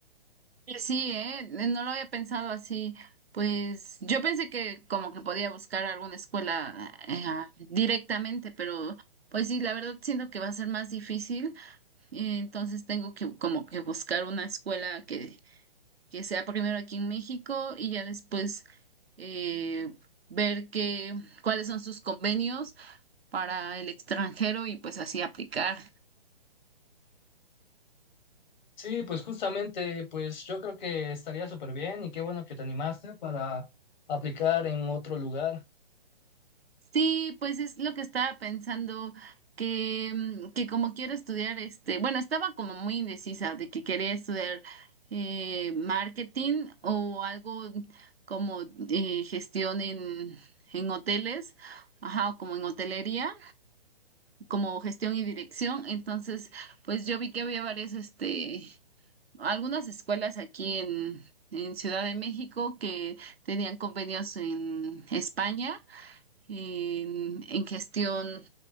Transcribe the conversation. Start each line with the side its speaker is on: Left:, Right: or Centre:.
Right: Y Sí, eh, no lo había pensado así. Pues yo pensé que como que podía buscar alguna escuela eh, directamente, pero pues sí, la verdad siento que va a ser más difícil, eh, entonces tengo que como que buscar una escuela que que sea primero aquí en México y ya después eh, ver qué, cuáles son sus convenios para el extranjero y pues así aplicar.
Left: Sí, pues justamente, pues yo creo que estaría súper bien y qué bueno que te animaste para aplicar en otro lugar.
Right: Sí, pues es lo que estaba pensando que, mm, que como quiero estudiar este, bueno, estaba como muy indecisa de que quería estudiar eh, marketing o algo como eh, gestión en, en hoteles, ajá, o como en hotelería como gestión y dirección. Entonces, pues yo vi que había varias, este, algunas escuelas aquí en, en Ciudad de México que tenían convenios en España, en, en gestión,